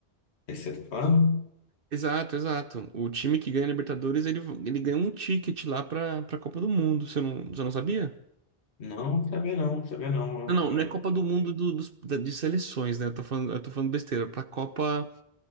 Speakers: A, on the left; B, on the right.
A: Esse você tá falando?
B: Exato, exato. O time que ganha a Libertadores, ele, ele ganha um ticket lá para para a Copa do Mundo. Você não, você não sabia?
A: Não, sabia não, sabia não. Eu-
B: Não, não,
A: eu-
B: não é Copa do Mundo do- dos, da- de seleções, né? Eu tô falando, eu tô falando besteira. Para Copa